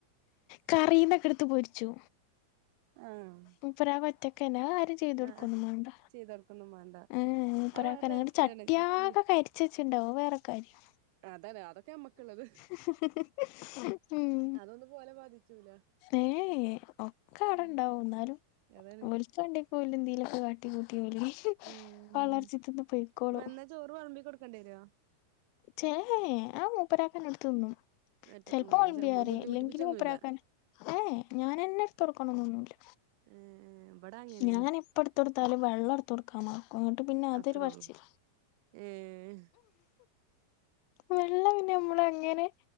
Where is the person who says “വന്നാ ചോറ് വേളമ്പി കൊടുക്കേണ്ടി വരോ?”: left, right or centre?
Right